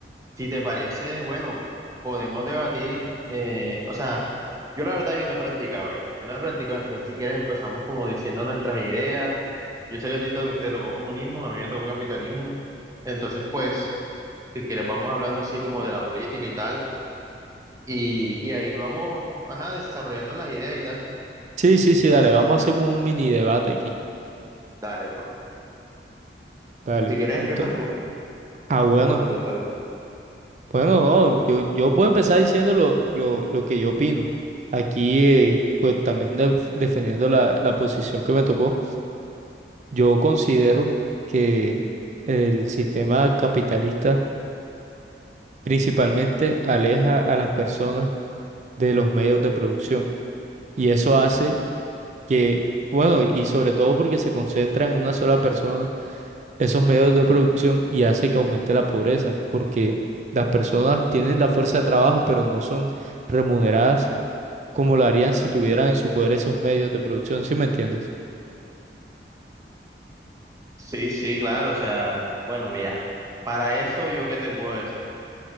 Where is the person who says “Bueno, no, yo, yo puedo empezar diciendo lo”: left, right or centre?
Right